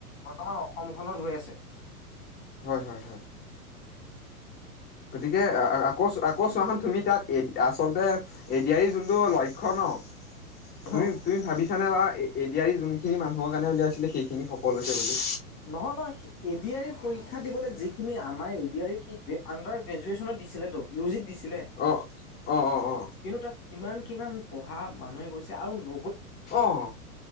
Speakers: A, on the left; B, on the left.
A: বৰ্তমান অসমখনত হৈ আছে।
B: হয়, হয়, হয়। গতিকে আকৌ আকৌ চোৱাখন তুমি তাত এ আচলতে এ ডি আৰ ইৰ যোনটো লক্ষ্য ন'। তুমি
A: অ
B: তুমি ভাবিছা নে বা এ ডি আৰ ই যোনখিনি মানুহৰ কাৰণে উলিয়াইছিলে সেইখিনি সফল হৈছে বুলি?
A: নহয়, নহয়। এ ডি আৰ ই পৰীক্ষা দিবলৈ যিখিনি আমাৰ এ ডি আই ই কি আডাৰ গ্ৰেজুৱেচনত দিছিলে ইউ জিত দিছিলে।
B: অ', অ', অ'। অ
A: কিন্তু তাত কিমান কিমান পঢ়া মানুহে গৈছে আৰু ন
B: অ',